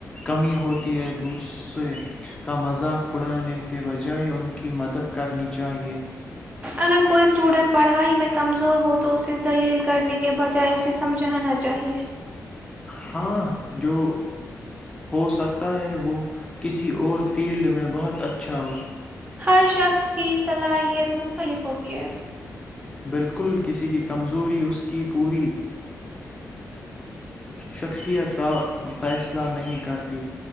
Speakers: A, on the left (about 20°); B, on the right (about 25°).
A: کمی ہوتی ہے دوسرے کا مذاق اڑانے کے بجائے ان کی مدد کرنی چاہیے
B: اگر کوئی اسٹوڈنٹ پڑھائی میں کمزور ہو تو اسے ذلیل کرنے کے بجائے اسے سمجھانا چاہیئے
A: ہاں جو ہوسکتا ہے وہ کسی اور فیلڈ میں بہت اچھا ہو
B: ہر شخص کی صلاحیت مختلف ہوتی ہے
A: بالکل کسی کی کمزوری اس کی پوری شخصیت کا فیصلہ نہیں کرتی